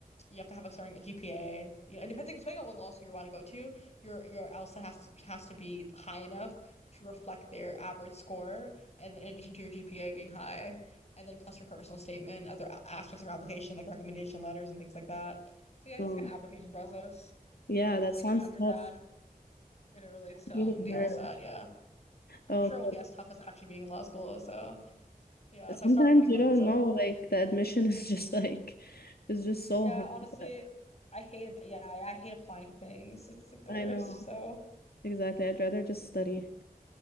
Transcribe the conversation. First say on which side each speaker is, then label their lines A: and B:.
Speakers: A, on the left; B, on the left.
A: you have to have a certain GPA. You know, and depending depending on what law school you want to go to, your your LSAT has to has to be high enough to reflect their average score, and then in addition to your GPA being high, and then plus your personal statement, other a- aspects of application like recommendation letters and things like that. So yeah, it's
B: Oh,
A: just like an application process.
B: yeah,
A: So it
B: that
A: relates
B: sounds
A: to undergrad
B: tough.
A: and it relates
B: It's
A: to
B: really
A: um the LSAT.
B: hard.
A: Yeah, I'm
B: Oh,
A: sure it won't
B: so
A: be as tough as actually being in law school. So. Yeah,
B: sometimes
A: so I start in a few months,
B: you don't
A: so
B: know, like the admission <laughs> is just like it's just so
A: yeah,
B: hard.
A: honestly,
B: that-
A: I hate it. Yeah, I, I hate applying to things. It's like the
B: I
A: worst.
B: know.
A: So
B: Exactly. I'd rather just study.